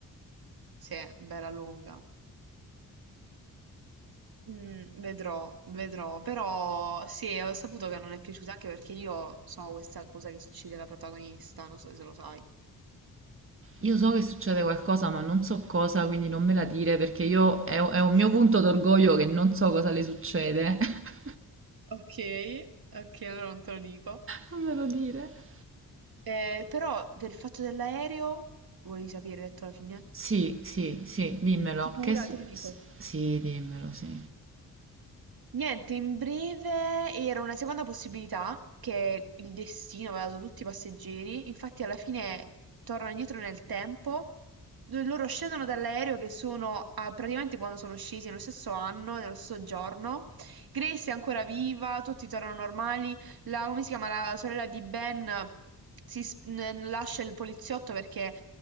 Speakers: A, on the right; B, on the right.
A: sì, bella lunga. Mm, vedrò, vedrò, però sì, ho saputo che non è piaciuta anche perché io so questa cosa che succede alla protagonista, non so se lo sai.
B: Io so che succede qualcosa, ma non so cosa, quindi non me la dire perché io è, è
A: Ok,
B: un mio punto
A: <laughs>
B: d'orgoglio che non so cosa le succede. <laughs>
A: ok, ok, allora non te lo dico.
B: Non me lo dire.
A: Eh, però per il fatto dell'aereo, volevi sapere detto alla fine?
B: Sì, sì, sì, dimmelo.
A: Sicura,
B: Che su-
A: te lo dico.
B: s- Sì, dimmelo, sì.
A: Niente, in breve era una seconda possibilità che il destino aveva dato a tutti i passeggeri. Infatti, alla fine tornano indietro nel tempo. dove Loro scendono dall'aereo che sono ah, praticamente quando sono scesi nello stesso anno, nello stesso giorno. Grace è ancora viva, tutti tornano normali. La, come si chiama? La sorella di Ben si sp- n- lascia il poliziotto perché